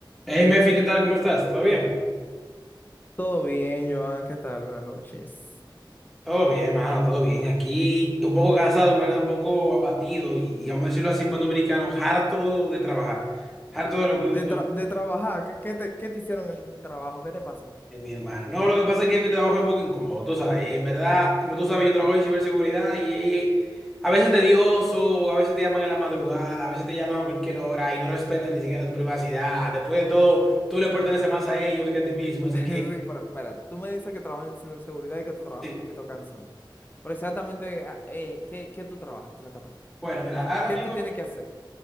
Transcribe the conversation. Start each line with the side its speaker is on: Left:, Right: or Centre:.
Centre: Hey, Mefi, ¿qué tal? ¿Cómo estás? ¿Todo bien?
Left: Todo bien, Joan, ¿qué tal? Buenas noches.
Centre: Todo bien, mano, todo bien. Aquí un poco cansado, en verdad, un poco abatido y, y vamos a decirlo así en buen dominicano, harto de trabajar, harto de lo mismo
Left: De,
Centre: todo,
Left: tra- de trabajar, ¿qué, qué te, qué te hicieron en el trabajo? ¿Qué te pasó?
Centre: eh, mi hermano. No, lo que pasa es que mi trabajo es un poco incómodo, tú sabes. En verdad, como tú sabes, yo trabajo en ciberseguridad y eh, a veces tedioso, a veces te llaman en la madrugada, a veces te llaman a cualquier hora y no respetan ni siquiera tu privacidad. Después de todo, tú le perteneces más a ellos que a ti mismo,
Left: <laughs>
Centre: así
Left: Sí,
Centre: que...
Left: pero espera, tú me dices que trabajas en ciberseguridad y que tu trabajo
Centre: eh,
Left: es un poquito cansón. Pero exactamente, ah, eh, ¿qué, qué tú trabajas exactamente?
Centre: Bueno, mira,
Left: O sea,
Centre: ahora
Left: ¿qué
Centre: mismo
Left: tú tienes que hacer?